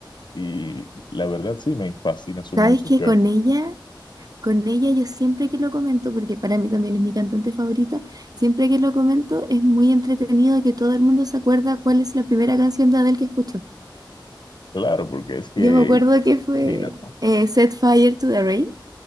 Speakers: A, on the left; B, on the right.
A: Y la verdad sí, me fascina su
B: ¿Sabes
A: música.
B: que con ella? Con ella yo siempre que lo comento, porque para mí también es mi cantante favorita, siempre que lo comento es muy entretenido que todo el mundo se acuerda cuál es la primera canción de Adele que escuchó.
A: Claro, porque es que,
B: Yo me acuerdo que fue
A: imagínate,
B: eh, Set Fire to the Rain.